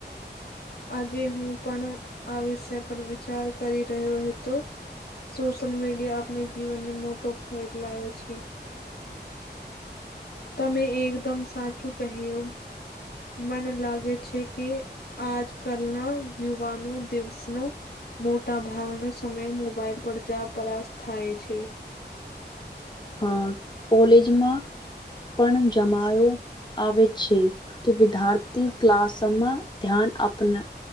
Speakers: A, on the left; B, on the left.
A: આજે હું પણ આ વિષય પર વિચાર કરી રહ્યો હતો સોશિયલ મીડિયા આપને જીવનને મોટો ફેલાયો છે તમે એકદમ સાચું કહ્યું મન લાગે છે કે આજ કલના યુવાનો દિવસનો મોટા ભાગનો સમયે મોબાઈલ પર જા પરાશ થાય છે.
B: હા કોલેજમાં પણ જમાયો આવે છે કે વિદ્યાર્થી ક્લાસમાં ધ્યાન આપના